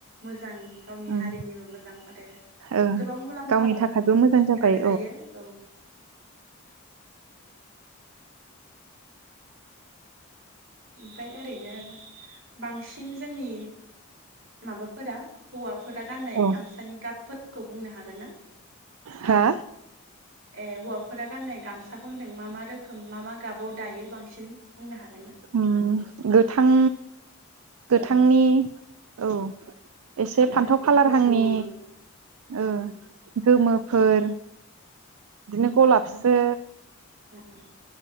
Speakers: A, on the right; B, on the right.
A: मोजां गावनि
B: ओं
A: हारिनिबो मोजां आरो
B: ओ
A: गोबां मुलाम्फाबो
B: गावनि थाखायबो
A: न'खरबो
B: मोजां
A: सुंथानो
B: जाबाय
A: हायो औ ओमफ्राय ओरैनो बांसिन जोंनि माबाफोरा हौवा फोरा गाननाय
B: औ
A: गामसानि गाबफोरखौ बुंनो हागोन ना?
B: हा
A: ए हौवाफोरा गाननाय गामसाखौ होनदों मा मा रोखोम मा मा गाबाव दायो बांसिन बुंनो हागोन ना?
B: उम गोथां गोथांनि
A: औ
B: औ एसे
A: गोथां
B: फान्थाव खालारहांनि
A: गुफुर ओम
B: ओं गोमोफोर बिदिनो गलाब एसे
A: उम